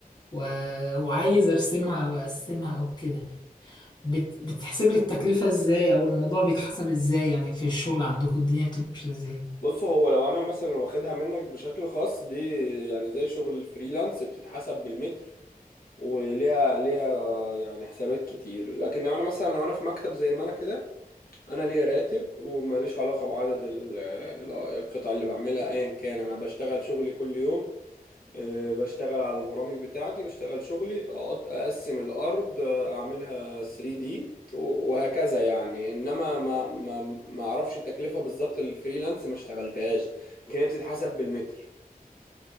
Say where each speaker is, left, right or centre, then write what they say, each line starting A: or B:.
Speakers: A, on the left (about 30°); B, on the left (about 75°).
A: و... وعايز ارسمها واقسمها او كده بت... بتحسب لي التكلفة ازاي او الموضوع بيتحسب ازاي يعني في الشغل عندكم الدنيا بتمشي ازاي
B: بص هو لو انا مثلا واخدها منك بشكل خاص دي يعني زي شغل الفريلانس بتتحسب بالمتر وليها ليها يعني حسابات كتير لكن لو انا مثلا لو انا في مكتب زي ما انا كده انا ليا راتب وماليش علاقة بعدد ال- ال- القطع اللي بعملها ايا كان انا بشتغل شغلي كل يوم أه، بشتغل على البرامج بتاعتي بشتغل شغلي أقط- اقسم الارض أه، اعملها 3 دي وهكذا يعني انما ما ما ما اعرفش التكلفه بالظبط الفريلانس ما اشتغلتهاش لكن هي بتتحسب بالمتر